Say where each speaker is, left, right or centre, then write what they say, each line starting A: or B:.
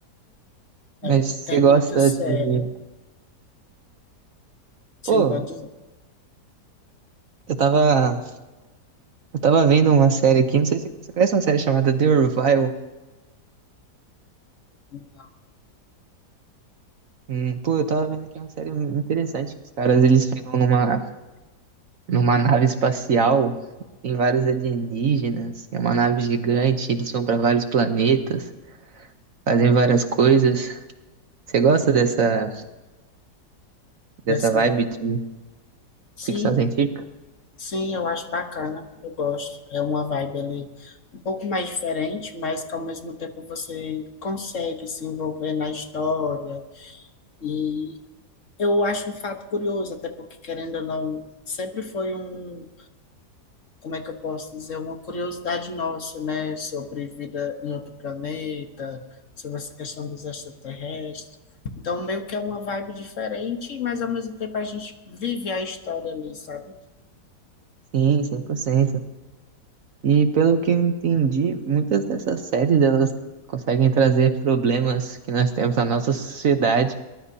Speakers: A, on the left; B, on the right.
A: É,
B: Mas você
A: tem
B: gosta
A: muita série.
B: de.
A: Sim,
B: Pô,
A: pode dizer.
B: eu tava. Eu tava vendo uma série aqui. Não sei se você conhece uma série chamada The Orville.
A: Não,
B: Hum, pô,
A: não.
B: eu tava vendo aqui uma série interessante. que Os caras eles ficam numa. numa nave espacial, tem vários alienígenas, é uma nave gigante, eles vão para vários planetas, fazem várias coisas. Você gosta dessa, dessa
A: Nessa.
B: vibe de
A: Sim,
B: ficção científica?
A: sim, eu acho bacana. Eu gosto. É uma vibe ali um pouco mais diferente, mas que ao mesmo tempo você consegue se envolver na história. E eu acho um fato curioso, até porque, querendo ou não, sempre foi um como é que eu posso dizer, uma curiosidade nossa, né, sobre vida em outro planeta, sobre essa questão dos extraterrestres. Então, meio que é uma vibe diferente, mas ao mesmo tempo a gente vive a história ali, sabe?
B: Sim, cem por cento E pelo que eu entendi, muitas dessas séries elas conseguem trazer problemas que nós temos na nossa sociedade